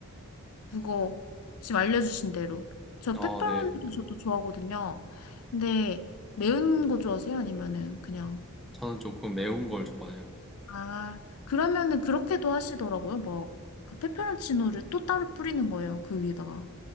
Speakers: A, on the left (about 80°); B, in the centre.
A: 그거 지금 알려주신 대로. 저
B: 아,
A: 페퍼로니도
B: 네.
A: 저도 좋아하거든요. 근데 매운 거 좋아하세요? 아니면은 그냥.
B: 저는 조금 매운 걸 좋아해요.
A: 아, 그러면은 그렇게도 하시더라고요. 막, 그 페페론치노를 또 따로 뿌리는 거예요. 그 위에다가.